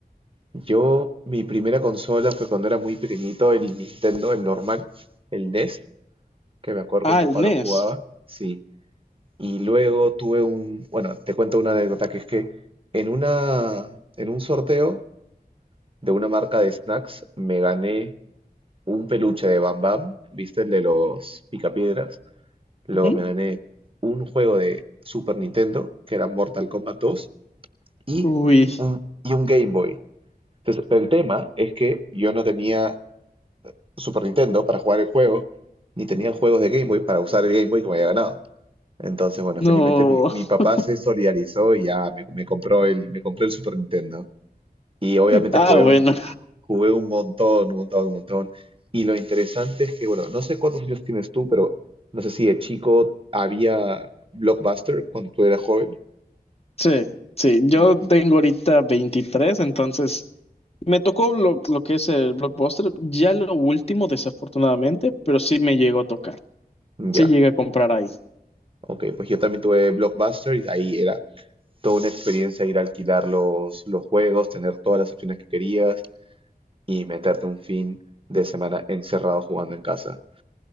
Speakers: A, on the right (about 35°); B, on the left (about 40°).
A: Yo, mi primera consola fue cuando era muy pequeñito, el Nintendo, el normal, el NES, que me acuerdo
B: Ah,
A: que mi papá
B: el NES.
A: lo jugaba. Sí. Y luego tuve un, bueno, te cuento una anécdota que es que en una, en un sorteo de una marca de snacks me gané un peluche de Bam Bam, ¿viste? El de los picapiedras. Luego
B: Ujú.
A: me gané un juego de Super Nintendo, que era Mortal Kombat 2 y
B: Uy,
A: un, y un Game Boy. Entonces, pero el tema es que yo no tenía Super Nintendo para jugar el juego, ni tenía juegos de Game Boy para usar el Game Boy que me había ganado. Entonces, bueno,
B: no.
A: felizmente mi, mi papá
B: <laughs>
A: se solidarizó y ya me, me compró el, me compró el Super Nintendo. Y obviamente
B: Ah,
A: jugué
B: bueno.
A: un, jugué un montón, un montón, un montón. Y lo interesante es que, bueno, no sé cuántos años tienes tú, pero no sé si de chico había Blockbuster cuando tú eras joven.
B: Sí, sí. Yo
A: Y-
B: tengo ahorita 23, entonces me tocó lo, lo que es el Blockbuster, ya lo último, desafortunadamente, pero sí me llegó a tocar. se
A: ya,
B: llega a comprar ahí.
A: ok, pues yo también tuve Blockbuster y ahí era toda una experiencia ir a alquilar los, los juegos, tener todas las opciones que querías y meterte un fin de semana encerrado jugando en casa.